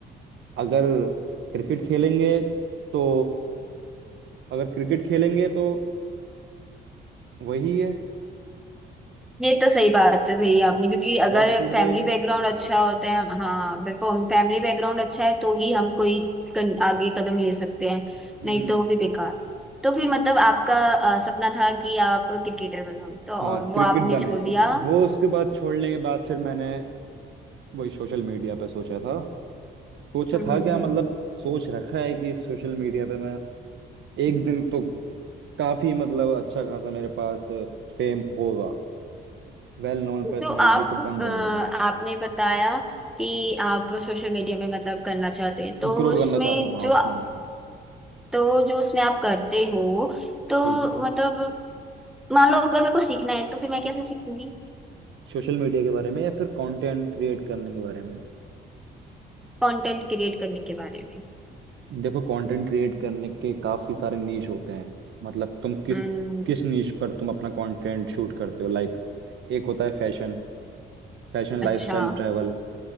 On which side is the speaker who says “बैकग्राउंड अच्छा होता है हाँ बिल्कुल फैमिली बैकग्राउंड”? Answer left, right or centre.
Centre